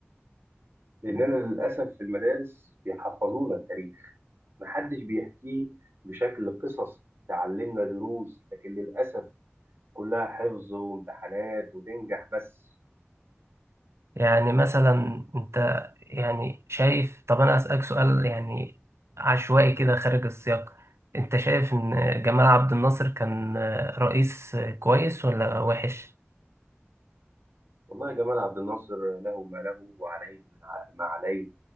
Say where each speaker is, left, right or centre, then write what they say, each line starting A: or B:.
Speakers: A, on the right (about 55°); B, on the right (about 80°).
A: لأننا للأسف في المدارس بيحفظونا التاريخ محدش بيحكيه بشكل قصص تعلمنا دروس لكن للأسف كلها حفظ وامتحانات وتنجح بس
B: يعني مثلا انت يعني شايف طب انا اسألك سؤال يعني عشوائي كده خارج السياق انت شايف ان جمال عبد الناصر كان رئيس كويس ولا وحش
A: والله جمال عبد الناصر له ما له وعليه من ع... ما عليه